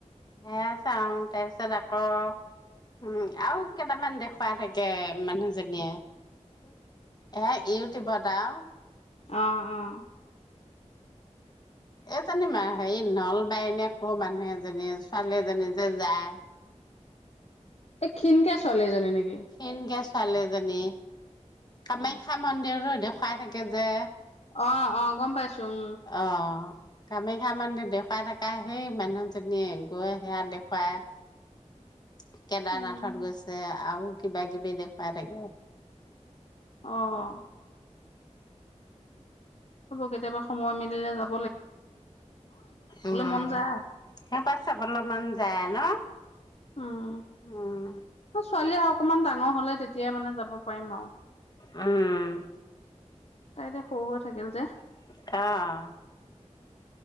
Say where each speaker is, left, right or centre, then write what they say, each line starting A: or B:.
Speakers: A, on the left; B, on the left.
A: সেয়া চাও তাৰপিছত আকৌ উম আৰু কেইটামান দেখুৱাই থাকে মানুহজনীয়ে এ ইউটিউবত আৰু
B: আহ আহ
A: এই জানি ম হেৰি নলবাই এনে কো মানুহ এজনী ছোৱালী এজনী যে যায়
B: এই ক্ষিনকে চলে জনে নেকি
A: ক্ষিনকে ছোৱালী জনি কামাখ্যা
B: অ
A: মন্দিৰৰো দেখুৱাই থাকে কে যে
B: অ অ গম পাইছো উম
A: অ কামাখ্যা মন্দিৰ দেখুৱাই থাকা সেই মানুহজনীয়ে, গৈ সেয়া দেখুৱাই কেদাৰনাথত
B: উম
A: গৈছে, আও কিবা কিবি দেখুৱাই থাকে।
B: অ'। কেতিয়াবা সময় মিলে য
A: উম,
B: মন যায়
A: সা পা চাবলে মন যায় ন'।
B: উম
A: উম
B: ছোৱালী আৰু অকমান ডাঙৰ হ'লে তেতিয়াই মানে যাব পাৰিম আৰু।
A: উম।
B: তাই এতিয়া সৰু হৈ থাকিল যে।
A: অহ।